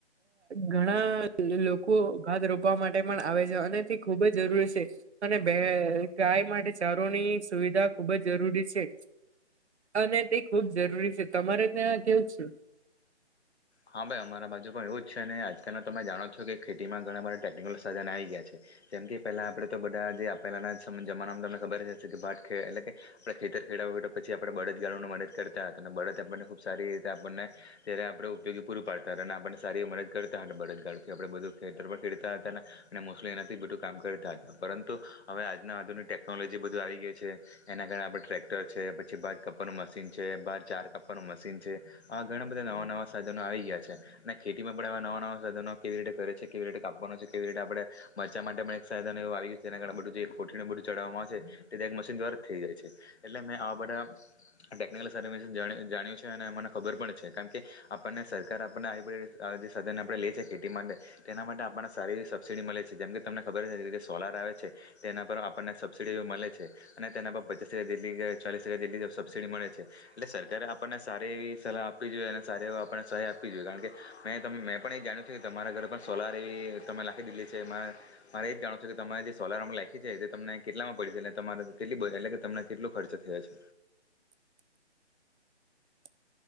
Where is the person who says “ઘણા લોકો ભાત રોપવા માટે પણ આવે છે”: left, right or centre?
Right